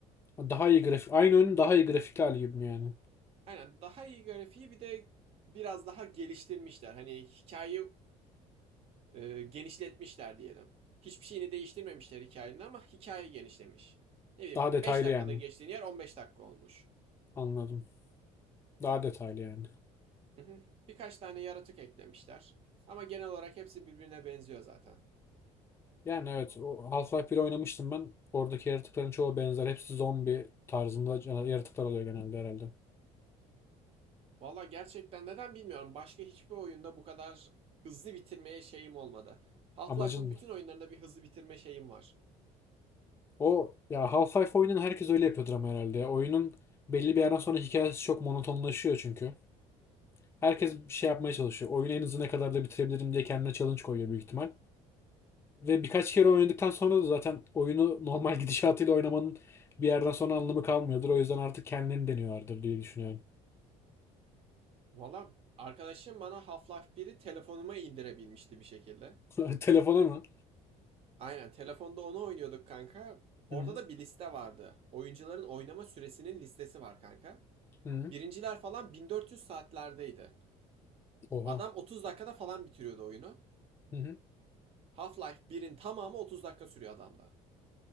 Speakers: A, on the left; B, on the right.
A: Daha iyi grafik. Aynı oyunun daha iyi grafikli hali gibi mi yani?
B: Aynen daha iyi grafiği bir de biraz daha geliştirmişler. Hani hikayeyi e, genişletmişler diyelim. Hiçbir şeyini değiştirmemişler hikayenin ama hikaye genişlemiş. Ne bileyim
A: Daha
B: 5
A: detaylı
B: dakikada
A: yani.
B: geçtiğin yer 15 dakika olmuş.
A: Anladım. Daha detaylı yani.
B: <laughs> Birkaç tane yaratık eklemişler. Ama genel olarak hepsi birbirine benziyor zaten.
A: Yani evet o Half-Life 1'i oynamıştım ben. Oradaki yaratıkların çoğu benzer. Hepsi zombi tarzında yaratıklar oluyor genelde herhalde.
B: Valla gerçekten neden bilmiyorum. Başka hiçbir oyunda bu kadar hızlı bitirmeye şeyim olmadı. Half-Life'ın
A: Amacın mı?
B: bütün oyunlarında bir hızlı bitirme şeyim var.
A: O ya Half-Life oyunun herkes öyle yapıyordur ama herhalde. ya. Oyunun belli bir yerden sonra hikayesi çok monotonlaşıyor çünkü. Herkes bir şey yapmaya çalışıyor. Oyunu en hızlı ne kadar da bitirebilirim diye kendine challenge koyuyor büyük ihtimal. Ve birkaç kere oynadıktan sonra da zaten oyunu <laughs> normal gidişatıyla oynamanın bir yerden sonra anlamı kalmıyordur. O yüzden artık kendini deniyorlardır diye düşünüyorum.
B: Valla arkadaşım bana Half-Life biri telefonuma indirebilmişti bir şekilde.
A: <laughs> Telefona mı?
B: Aynen telefonda onu oynuyorduk kanka.
A: Hı
B: Orada da bir liste vardı. Oyuncuların oynama süresinin listesi var kanka.
A: hı.
B: Birinciler falan 1400 saatlerdeydi.
A: Oha.
B: Adam 30 dakikada falan bitiriyordu oyunu.
A: Hı hı.
B: Half-Life birin tamamı 30 dakika sürüyor adamda.